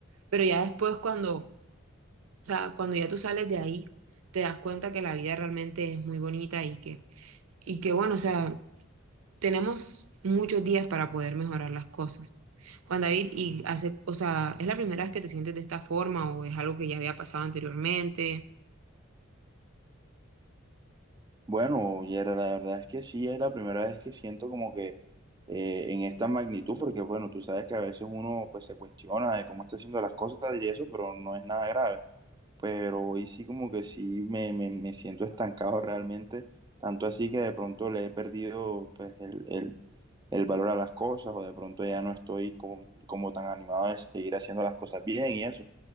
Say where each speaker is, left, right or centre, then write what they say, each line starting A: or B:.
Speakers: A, on the right; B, on the right.
A: pero ya después cuando, o sea, cuando ya tú sales de ahí, te das cuenta que la vida realmente es muy bonita y que, y que bueno, o sea, tenemos muchos días para poder mejorar las cosas. Juan David, y hace, o sea, ¿es la primera vez que te sientes de esta forma o es algo que ya había pasado anteriormente?
B: Bueno, Yera, la verdad es que sí, es la primera vez que siento como que eh, en esta magnitud, porque, bueno, tú sabes que a veces uno pues se cuestiona de cómo está haciendo las cosas y eso, pero no es nada grave. pero hoy sí como que sí me, me, me siento estancado realmente, tanto así que de pronto le he perdido pues el, el, el valor a las cosas o de pronto ya no estoy como, como tan animado de seguir haciendo las cosas bien y eso.